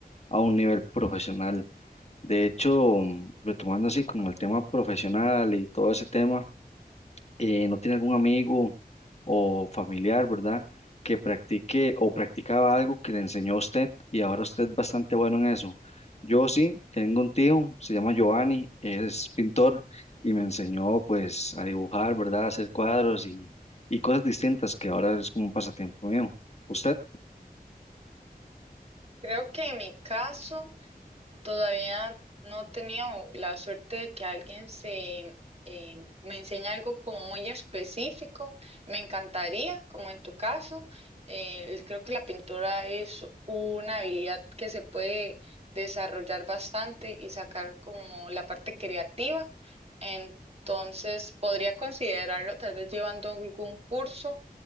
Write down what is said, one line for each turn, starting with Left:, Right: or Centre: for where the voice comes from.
Left: a un nivel profesional. De hecho, mm, retomando así como el tema profesional y todo ese tema eh, no tiene algún amigo o familiar, ¿verdad? Que practique o practicaba algo que le enseñó a usted y ahora usted es bastante bueno en eso. Yo sí, tengo un tío, se llama Giovanni, es pintor y me enseñó pues a dibujar, ¿verdad? A hacer cuadros y, y cosas distintas que ahora es como un pasatiempo mío. Usted
Right: Creo que en mi caso... Todavía no he tenido la suerte de que alguien se eh, me enseñe algo como muy específico. Me encantaría, como en tu caso. eh, creo que la pintura es una habilidad que se puede desarrollar bastante y sacar como la parte creativa. Entonces, podría considerarlo tal vez llevando algún curso